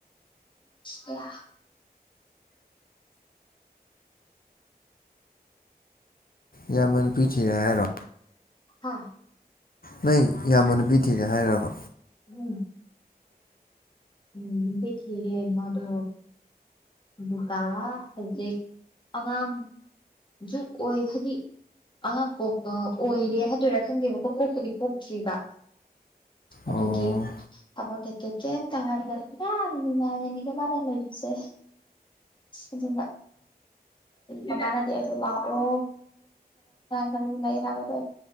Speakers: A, on the left; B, on the left.
A: ꯗ
B: ꯌꯥ ꯃꯅꯤ ꯄꯤ ꯊꯤꯔꯔꯣ
A: ꯑꯥ
B: ꯅꯣꯏ ꯏꯌꯥꯝꯕ ꯅꯨꯄꯤ ꯊꯤꯔꯦ ꯍꯥꯏꯔꯕ
A: ꯎꯝ ꯎꯝ ꯄꯤꯊꯒ ꯃꯥꯗꯨ ꯑꯗꯨꯒ ꯍꯧꯖꯤꯛ ꯑꯉꯥꯡ ꯑꯣꯏ ꯍꯥꯏꯗꯤ ꯑꯉꯥꯡ ꯄꯣꯛꯄ ꯑꯣꯏꯔꯦ ꯍꯥꯏꯗꯣꯏꯔꯥ ꯈꯪꯗꯦꯕꯀꯣ ꯄꯣꯛꯄꯨꯗꯤ ꯄꯣꯛꯇ꯭ꯔꯤꯕ ꯑꯗꯨꯗꯤ
B: ꯑꯣ
A: ꯑꯕꯣ ꯊ ꯇ ꯀꯒ ꯏ ꯃꯤꯃꯥꯏꯖ ꯀꯦꯕꯥ ꯂꯣꯏꯗꯨꯣꯏꯁꯦ ꯑꯗꯨꯅ ꯃꯅꯗꯤ ꯇ ꯂ ꯑꯣ ꯈꯔ ꯂꯩ ꯍꯥꯏꯕ ꯇ